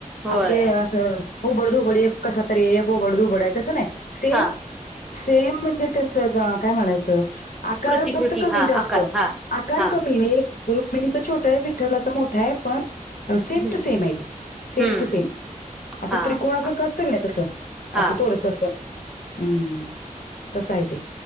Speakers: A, in the centre; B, on the left.
A: होय
B: अस अस ओबड धोबड एक कसा तरी ये एक ओबड धोबड तसं नाय सेम
A: हा
B: सेम म्हणजे त्यांचं काय म्हणायचं? आकार
A: प्रतिकृती
B: फक्त कमी
A: हा
B: जास्त
A: आकार हा
B: आकार
A: हा
B: कमी रुक्मिणीचा छोटा आहे विठ्ठलाचा मोठा आहे पण सेम
A: हम्म
B: टू सेम आहे ते सेम
A: हम्म
B: टू सेम. असं
A: हा
B: त्रिकोणा सारखं
A: हा
B: असतं कणी तसं
A: हा
B: असं थोडस असं हम्म. तस आहे ते